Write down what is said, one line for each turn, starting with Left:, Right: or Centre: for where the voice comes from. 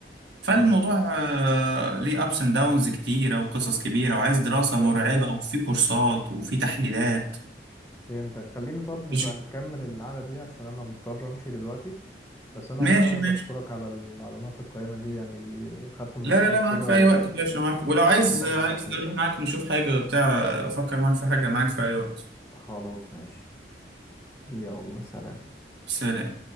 Right: فالموضوع
Left: مم.
Right: آه، ليه ابس اند داونز كتيرة وقصص كبيرة وعايز دراسة
Left: فهمت
Right: مرعبة وفي كورسات وفي تحليلات
Left: فهمتك خليني طب نبقى
Right: مش
Left: نكمل القعدة دي عشان انا مضطر امشي دلوقتي بس انا
Right: ماشي
Left: والله
Right: ماشي
Left: بشكرك على المعلومات القيمة دي يعني خدت ملاحظات
Right: لا لا لا معاك
Left: كده
Right: في اي وقت يا باشا معاك ولو عايز
Left: ان شاء الله
Right: عايز
Left: مع بعضين
Right: اروح معاك نشوف حاجه بتاع افكر معاك في حاجه معاك في اي وقت
Left: وخلاص ماشي يلا سلام
Right: سلام